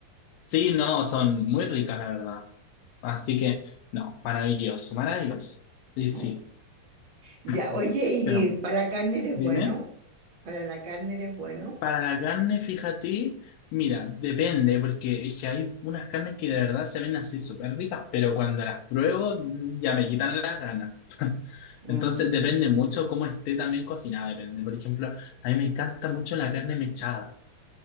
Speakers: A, on the left; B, on the right.
A: Sí, no, son muy ricas, la verdad. Así que, no, maravilloso, maravilloso. Y sí,
B: Mm. Ya,
A: no,
B: oye, ¿y
A: pero
B: y
A: bueno,
B: para la carne eres
A: dime.
B: bueno? ¿Para la carne eres bueno?
A: Para la carne, fíjate, mira, depende, porque es que hay unas carnes que de verdad se ven así súper ricas, pero cuando las pruebo mm, ya me quitan las ganas. <laughs>
B: Mm.
A: Entonces depende mucho cómo esté también cocinada, depende. Por ejemplo, a mí me encanta mucho la carne mechada,